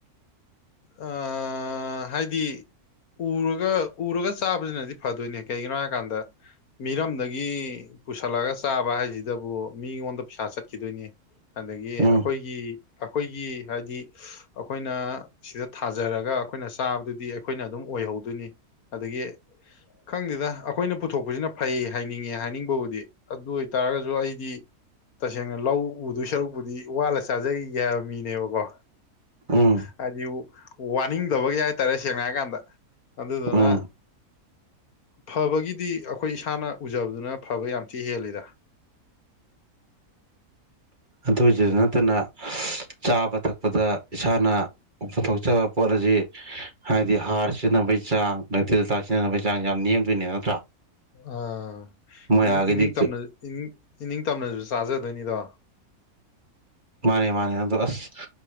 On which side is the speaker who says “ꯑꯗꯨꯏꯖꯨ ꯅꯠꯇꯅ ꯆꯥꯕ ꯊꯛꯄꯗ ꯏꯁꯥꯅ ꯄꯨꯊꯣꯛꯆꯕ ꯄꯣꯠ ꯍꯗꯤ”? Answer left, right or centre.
Right